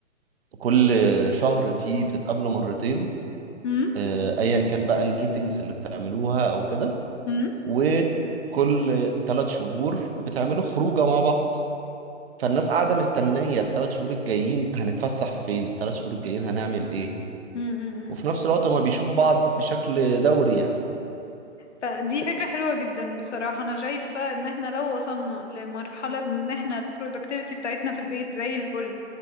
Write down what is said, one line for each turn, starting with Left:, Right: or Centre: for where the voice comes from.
Right: كل شهر فيه بتتقابلوا مرتين
Left: امم
Right: آه، ايا كان بقى الميتنجز اللي بتعملوها او كده
Left: امم
Right: وكل ثلاث شهور بتعملوا خروجه مع بعض فالناس قاعده مستنيه الثلاث شهور الجايين هنتفسح فين الثلاث شهور الجايين هنعمل ايه
Left: امم
Right: وفي نفس الوقت هما بيشوفوا بعض بشكل دوري يعني
Left: فدي فكرة حلوة جدا بصراحة أنا شايفة إن احنا لو وصلنا لمرحلة إن احنا ال productivity بتاعتنا في البيت زي الفل